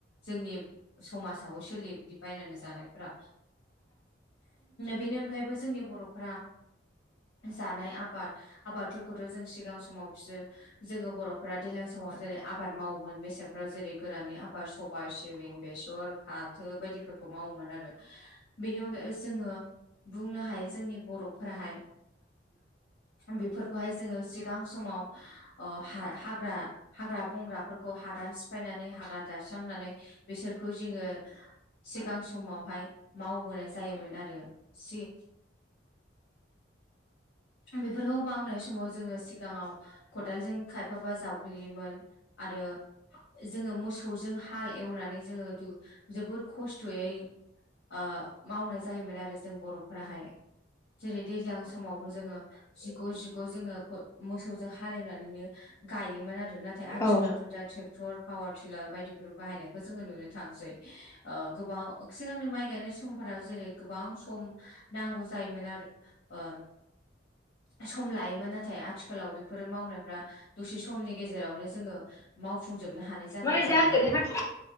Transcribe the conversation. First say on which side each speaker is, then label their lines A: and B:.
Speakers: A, on the left; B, on the left.
A: जोंनि समाजाव सोलियो बिदि बायनानै जानायफोरा। बेनि अनगायैबो जोंनि बर'फ्रा जानाय आबाद आबादफोरखौथ' जों सिगां समाव बिसोर जोङो बर'फोरा दैज्लां समाव जेरै आबाद मावोमोन मेसें फोराव जेरै गोराननि आबाद सबायाइ सिबिं बेसर फाथो बायदिफोरखौ मावोमोन आरो। बेनि अनगायै जोङो बुंनो हायो जोंनि बर'फोराहाय बेफोरखौहाय जोङो सिगां समाव ओ हा-हाग्रा हाग्रा बंग्राफोरखौ हादान सिफायनानै हाग्रा दानस्रांनानै बिसोरखौ जोङो सिगां समावहाय मावबोनाय जायोमोन आरो सि बेफोरखौ बावनाय समाव जोङो सिगाङाव खदालजों खायफाबा जावग्लियोमोन आरो जोङो मोसौजों हाल एवनानै जोङो जोबोद खस्थ'यै ओ मावनाय जायोमोन आरो जों बर'फोराहाय जेरै दैज्लां समाव बो जोङो जिग' जिग' जोङो फो मोसौजों हालेवनानैनो गायोमोन आरो नाथाय आथिखालावथ'
B: औ
A: दा ट्रेक टर पावार टिलार बायदिफोर बाहायनायखौ जोङो नुनो थांसै‌। ओ गोबाव सिगांनि माइ गायनाय समफोराव जेरै गोबां सम नांगौ जायोमोन आरो ओ सम लायोमोन नाथाय आथिखालाव बेफोरो मावनायफ्रा दसे समनि गेजेरावनो जोङो मावफुंजोबनो हानाय जाबाय
B: नै
A: आरोना
B: जाखो नोंहा